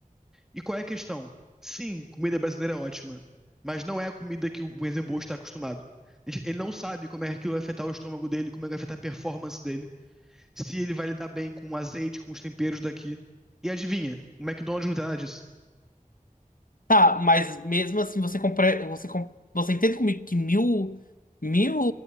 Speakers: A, in the centre; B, on the left (about 75°).
A: E qual é a questão? Sim, comida brasileira é ótima, mas não é a comida que o Usain Bolt está acostumado. Ele ele não sabe como é que aquilo vai afetar o estômago dele, como é que vai afetar a performance dele, se ele vai lidar bem com o azeite, com os temperos daqui. E adivinha, o McDonald's não tem nada disso.
B: Tá, mas mesmo assim você compra, você com- você entende comigo que mil, mil,